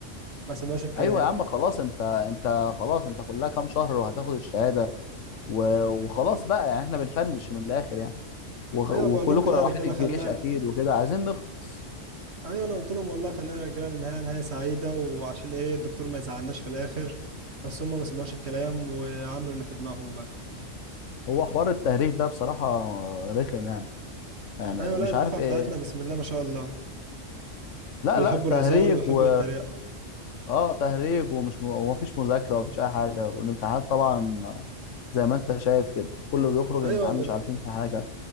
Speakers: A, on the right; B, on the left.
A: ما سمعوش الكلام
B: ايوه يا عم خلاص انت انت خلاص انت كلها كام شهر وهتاخد الشهاده و... وخلاص بقى يعني احنا بنفنش من الاخر يعني وغ...
A: ايوه
B: وكلكم
A: بقول لهم كده
B: رايحين
A: يا رجاله
B: الجيش
A: خلاق
B: اكيد وكده عايزين نخلص
A: ايوه انا قلت لهم والله خلينا يا رجاله ننهيها نهايه سعيده وعشان ايه الدكتور ما يزعلناش في الاخر بس هم ما سمعوش الكلام وعملوا اللي في دماغهم بقى
B: هو حوار التهريج ده بصراحة رخم يعني يعني
A: ايوه
B: مش
A: لا الدفعه
B: عارف ايه
A: بتاعتنا بسم الله ما شاء الله
B: لا
A: بيحبوا
B: لا
A: الهزار
B: تهريج
A: ويحبوا
B: و
A: يتريقوا
B: اه تهريج ومش م... ومفيش مذاكرة ومفيش أي حاجة والامتحانات طبعا زي ما أنت شايف كده كله بيخرج الامتحان
A: ايوه أنا
B: مش
A: قلت-
B: عارفين في حاجة